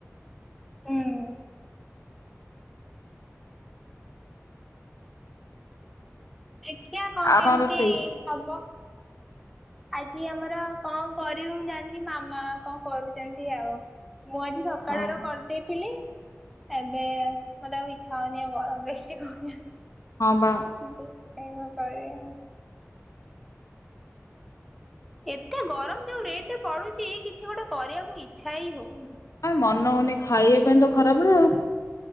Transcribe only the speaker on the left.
ଆଉ
ରୋଷେଇ?
ଆଉ
ହଁ ବା।
ଆଉ ମନ ହଉନି ଖାଇବା ପାଇଁ ତ ଖରାବେଳେ ଆଉ।